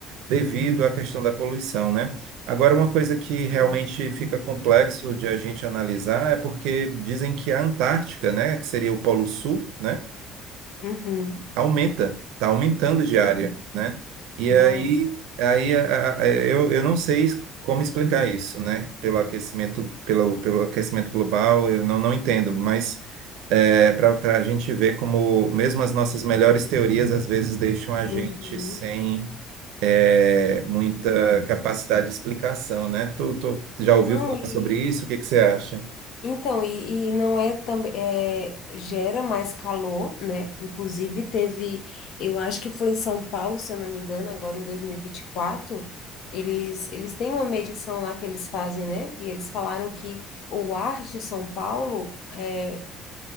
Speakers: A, on the right; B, on the left.
A: devido à questão da poluição, né? Agora, uma coisa que
B: Sim.
A: realmente fica complexo de a gente analisar é porque dizem que a Antártica, né, que seria o Polo Sul, né?
B: Uhum.
A: aumenta, está aumentando de área, né? E
B: Nossa.
A: aí, aí a- a- eu, eu não sei como explicar isso, né? Pelo aquecimento, pelo, pelo aquecimento global, eu não, não entendo, mas é, para a gente ver como mesmo as nossas melhores teorias às vezes deixam a
B: Uhum.
A: gente sem é, muita capacidade de explicação, né? Tu, tu já ouviu
B: Não,
A: falar
B: e.
A: sobre isso? O que que você acha?
B: Então, e, e não é também, gera mais calor, né? Inclusive teve, eu acho que foi em São Paulo, se eu não me engano, agora em dois mil e e vinte e quatro eles, eles têm uma medição lá que eles fazem, né? E eles falaram que o ar de São Paulo é,